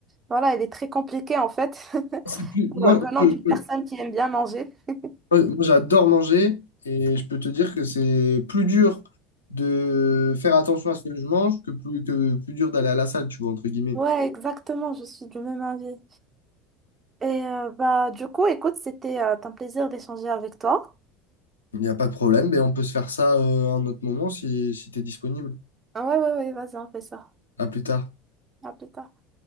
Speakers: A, on the right; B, on the left.
A: voilà, elle est très compliquée en fait, <laughs>
B: C'est plus, moi,
A: venant
B: je-
A: d'une personne
B: je-
A: qui aime bien manger. <laughs>
B: moi, moi, j'adore manger et je peux te dire que c'est plus dur de faire attention à ce que je mange que plus, que plus dur d'aller à la salle, tu vois, entre guillemets.
A: Ouais, exactement, je suis du même avis. Et euh, bah, du coup, écoute, c'était euh, un plaisir d'échanger avec toi.
B: Il n'y a pas de problème, mais on peut se faire ça euh, à un autre moment si, si tu es disponible.
A: Ouais, ouais, ouais, vas-y, on fait ça.
B: À plus tard.
A: À plus tard.